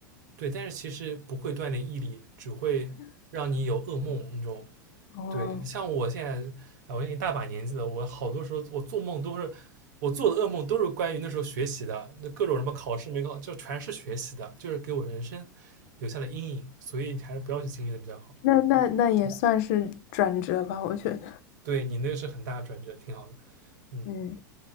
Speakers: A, on the right; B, on the left.
A: 对，但是其实不会锻炼毅力，只会让你有噩梦那种。
B: 哦，
A: 对，像我现在，哎，我已经一大把年纪了，我好多时候我做梦都是，我做的噩梦都是关于那时候学习的，那各种什么考试没考，就全是学习的，就是给我人生留下了阴影，所以还是不要去经历的比较好。
B: 那那那也算是转折吧，我觉得。
A: 对你那个是很大的转折，挺好的。嗯，
B: 嗯，